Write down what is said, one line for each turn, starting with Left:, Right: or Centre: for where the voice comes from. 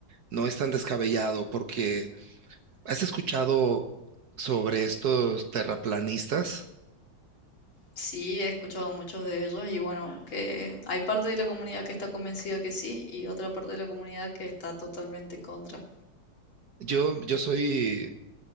Right: no es tan descabellado porque ¿Has escuchado sobre estos terraplanistas?
Left: Sí, he escuchado muchos de ellos y bueno, que hay parte de la comunidad que está convencida que sí y otra parte de la comunidad que está totalmente en contra.
Right: Yo, yo soy,